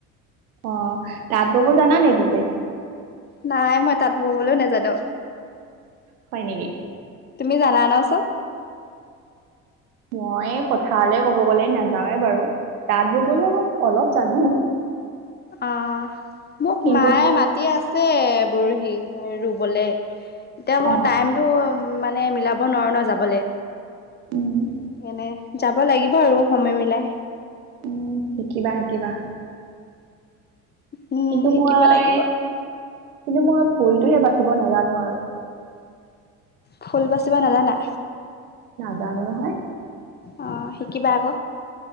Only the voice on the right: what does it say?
অহ '। তাত বব জানা নে পিছে?
হয় নেকি।
মই পথাৰলৈ কব গ'লে নাযাওঁৱে বাৰু তাত ববলৈ অলপ জানো।
কিন্তু
অ
উম
উম শিকিবা শিকিবা।
কিন্তু
মই
কিন্তু মই ফুলটোহে বাচিব নাজানো আৰু।
জানো নহয়।